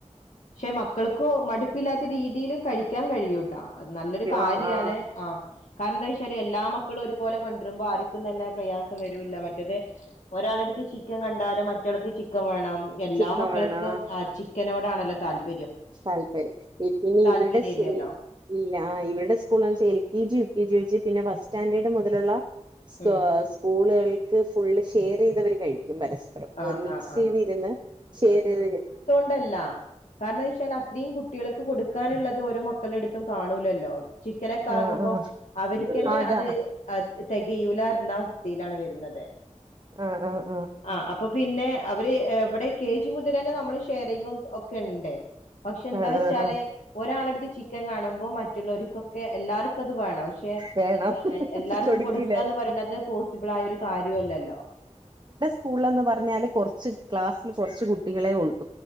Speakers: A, on the left (about 80°); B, on the right (about 35°).
A: പക്ഷെ മക്കൾക്ക് മടുപ്പില്ലാത്ത രീതിയിൽ കഴിക്കാൻ കഴിയു അ നല്ലൊരു കാര്യാണ്
B: ആഹ് ആഹ് ആഹ്
A: ആ എന്താ വെച്ചാല് എല്ലാ മക്കളും ഒരുപോലെ കൊണ്ടരുമ്പോ ആർക്കും തന്നെ പ്രയാസം വരൂല്ല മറ്റത് ഒരാളടുത്ത് ചിക്കൻ കണ്ടാല് മറ്റൾക്ക് ചിക്കൻ വേണം എല്ലാ
B: ചിക്കൻ
A: മക്കൾക്കും
B: വേണം
A: ആ ചിക്കനോട് ആണലേതാല്പം,
B: താല്പര്യം പിന്നെ
A: താല്പര്യം
B: ഇവരുടെ സുനി
A: ഇല്ലല്ലോ
B: ഇല്ല ആ ഇവടെ സ്കൂള്ന്ന് വൊ L K G U K G ഒച് പിന്നെ ഫസ്റ്റ് സ്റ്റാൻഡേർഡ് മുതലുള്ള സ്
A: ഉം
B: സ്കൂളുകൾക്ക് ഫുള്ള് ഷെയർ ചെയ്തവർ കഴിക്കും പരസ്പരം
A: ആ
B: ഒരു മിക്സ്
A: ആ ആ
B: ചെയ്തിരുന്ന് ഷെയർത് കഴി
A: ണ്ടല്ല കാരണം വച്ചാൽ അത്രയും കുട്ടികൾക്ക് കൊടുക്കാനുള്ളത്, ഓരോ മക്കളുടുത്തും കാണൂലല്ലോ ചിക്കനൊക്കെ
B: ആഹ്
A: ആകുമ്പോ
B: ആഹ്
A: അവർക്ക്ന്നെ
B: അതാ
A: അത് തികയൂല എന്ന അവസ്ഥയിലാണ് വരുന്നത്
B: ആ ആ
A: ആ അപ്പൊ പിന്നെ അവര് ഇവിടെ കെ ജി മുതലന്നേ നമ്മള് ഷെയറിങ്ങും ഒക്കെ ഉണ്ട്. പക്ഷെ എന്താ
B: ആഹ്
A: വെച്ചാല്
B: ആഹ്
A: ഒരാളടുത്ത് ചിക്കൻ കാണുമ്പോ മറ്റുള്ളവർക്കൊക്കെ എല്ലാവർക്കും കത് വേണം പക്ഷെ
B: വേണം
A: എല്ലാർക്കും
B: കൊടുക്കില്ല
A: കൊടുക്കാന്ന് പറയ്ണത് പോസിബളായ ഒരു കാര്യല്ലല്ലോ
B: സ്കൂളെന്ന് പറഞ്ഞാല് കോർച്ച് ക്ലാസ്സിൽ കോർച്ച് കുട്ടികളെ ഒള്ളൂ